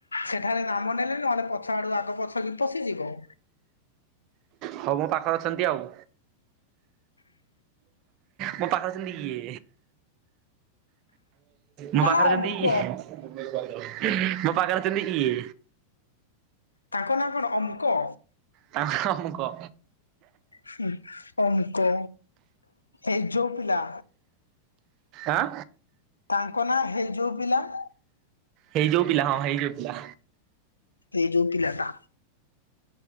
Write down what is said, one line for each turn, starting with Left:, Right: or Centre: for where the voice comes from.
Left: ସେଠାରେ ନାମ ନେଲେ ନହେଲେ ପଛ ଆଡୁ ଆଗ ପଛ କି ପଶିଯିବ।
Right: ହଉ ମୋ ପାଖରେ ଅଛନ୍ତି ଆଉ। ମୋ ପାଖରେ ଅଛନ୍ତି ଇଏ ମୋ
Left: ତା
Right: ପାଖରେ
Left: ନା
Right: ଅଛନ୍ତି
Left: ଅମୁକ
Right: ଇଏ ମୋ ପାଖରେ ଅଛନ୍ତି ଇଏ।
Left: ତାଙ୍କ ନାଁ କଣ ଅମ୍ କ?
Right: ତାଙ୍କ ନାଁ ଅମ୍ କ।
Left: ହୁଁ ଅମ୍ ଙ୍କ। ଏଇ ଯୋଉ ପିଲା
Right: ଆଁ
Left: ତାଙ୍କ ନାଁ ହେଇ ଯଉ ପିଲା।
Right: ହେଇଯଉ ପିଲା ହଁ ହେଇଯଉ ପିଲା।
Left: କେଇ ଯୋଉ ପିଲା ଟା।